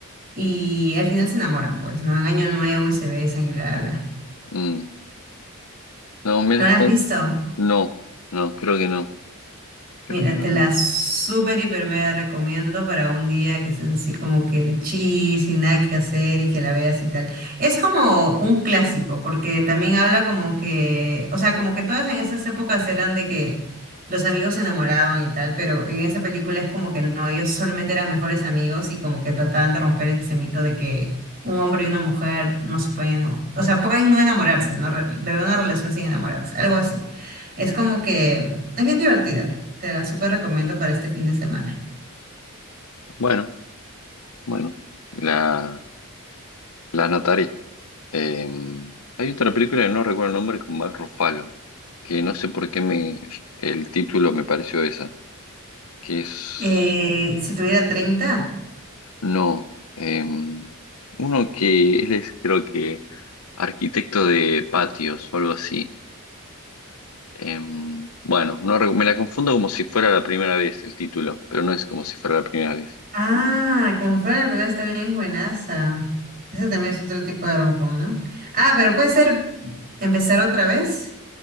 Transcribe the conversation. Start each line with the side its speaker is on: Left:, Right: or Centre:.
Right: y al final se enamoran, pues, ¿no? En Año Nuevo y se besan y bla, bla. bla.
Left: Mm, no, me
Right: ¿No
Left: las
Right: la has
Left: conju-
Right: visto?
Left: No, no, creo que no. Creo
Right: Mira,
Left: que no
Right: te la
Left: la vi
Right: súper hiper mega recomiendo para un día que estés así como que de chill, sin nada que hacer y que la veas y tal. Es como un clásico, porque también habla como que, o sea, como que todas en esas épocas eran de que los amigos se enamoraban y tal, pero en esa película es como que no, ellos solamente eran mejores amigos y como que trataban de romper ese mito de que un hombre y una mujer no se pueden enamorar, o sea, pueden no enamorarse, ¿no? Re- De una relación sin enamorarse, algo así. Es como que es bien divertida. Te la súper recomiendo para este fin de semana.
Left: Bueno, bueno, la, la anotaré. Eh, hay otra película que no recuerdo el nombre con Mark Ruffalo, que no sé por qué me, el título me pareció esa, que es,
Right: Eh, si tuviera 30,
Left: no, eh, uno que él es creo que arquitecto de patios o algo así. Eh, bueno, no, re- me la confundo como si fuera la primera vez el título, pero no es como si fuera la primera vez.
Right: Ah, como si fuera la primera, está bien buenaza. Ese también es otro tipo de romcom, ¿no? Ah, pero puede ser empezar otra vez.